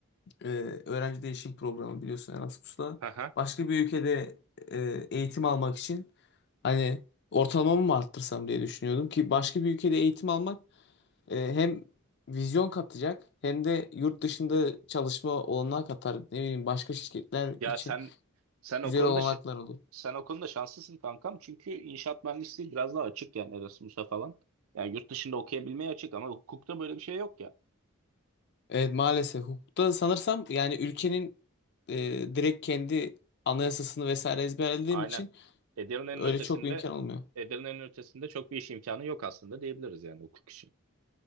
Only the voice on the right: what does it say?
haha.
Ya
sen sen o
konuda
şa-
sen o konuda şanslısın kankam. Çünkü inşaat mühendisliği biraz daha açık yani Erasmus'a falan. Yani yurt dışında okuyabilmeye açık ama hukukta böyle bir şey yok ya. <laughs>
aynen.
Edirne'nin
ötesinde
Edirne'nin ötesinde çok bir iş imkanı yok aslında diyebiliriz yani hukuk için.